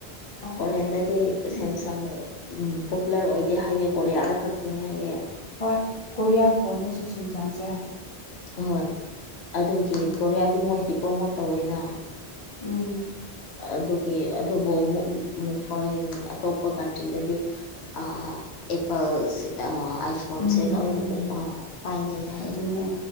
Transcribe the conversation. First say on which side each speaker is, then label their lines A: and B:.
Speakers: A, on the left (about 40°); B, on the left (about 85°).
A: ꯑꯣ
B: ꯐꯣꯔꯦꯟꯗꯗꯤ
A: ꯎꯝ
B: ꯁꯦꯝꯁꯥꯡ ꯎꯝ ꯄꯣꯄꯨꯂꯔ ꯑꯣꯏꯗꯦ ꯍꯥꯏꯑꯦ ꯀꯣꯔꯤꯌꯥꯗ ꯈꯛꯇꯅꯦ ꯍꯥꯏꯑꯦ
A: ꯍꯣꯏ ꯀꯣꯔꯤꯌꯥꯒꯤ ꯐꯣꯟꯅꯦ ꯁꯤ ꯁꯝꯁꯥꯡꯁꯦ
B: ꯑꯍꯣꯏ ꯑꯗꯨꯒꯤ
A: ꯎꯝ
B: ꯀꯣꯔꯤꯌꯥꯗꯤ ꯃꯣꯏꯒꯤ ꯄ꯭ꯔꯣꯃꯣꯠ ꯇꯧꯋꯦꯅ
A: ꯎꯝ
B: ꯑꯗꯨꯒꯤ ꯑꯗꯨꯕꯨ ꯐꯣꯔꯦꯟ ꯑꯇꯣꯞꯄ ꯀꯟꯇ꯭ꯔꯤꯗꯗꯤ ꯑꯥ ꯑꯥ ꯑꯦꯄꯜꯁꯦ ꯑꯥ ꯑꯥꯏꯐꯣꯟꯁꯦ
A: ꯎꯝ
B: ꯂꯣꯏꯅ
A: ꯎꯝ
B: ꯑꯥ ꯄꯥꯏꯅꯩꯌꯦ ꯍꯥꯏꯌꯦꯕ
A: ꯑꯗꯨꯅꯦ